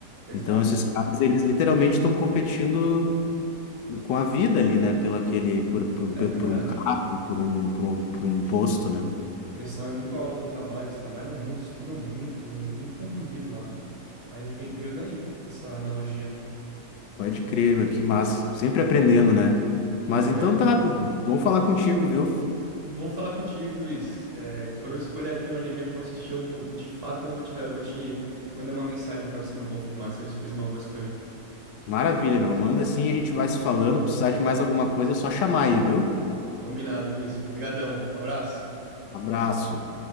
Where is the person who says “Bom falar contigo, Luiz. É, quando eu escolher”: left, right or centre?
Right